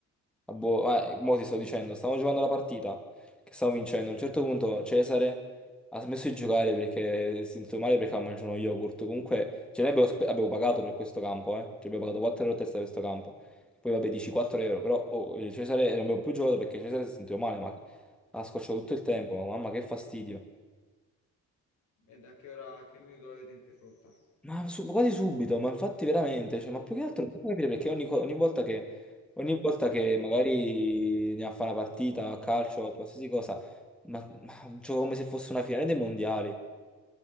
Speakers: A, in the centre; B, on the left.
A: Ah, boh, ah, eh, mo ti sto dicendo, stavamo giocando la partita che stavamo vincendo. A un certo punto Cesare ha smesso di giocare perché si è sentito male perché aveva mangiato uno yogurt. Comunque, ce ne abbiamo, spe- abbiamo pagato per questo campo, eh. Ci abbiamo pagato 4 euro a testa per questo campo. Poi vabbè, dici 4 euro, però oh, eh, Cesare non abbiamo più giocato perché Cesare si è sentito male, ma ha scocciato tutto il tempo. Mamma, che fastidio.
B: E da che ora, a che minuto l'avete interrotta?
A: Ma su- quasi subito, ma infatti veramente, cioè, ma più che altro non posso capire perché ogni, co- ogni volta che, ogni volta che magari ne fa una partita a calcio, a qualsiasi cosa, ma, ma gioco come se fosse una finale dei mondiali. Mi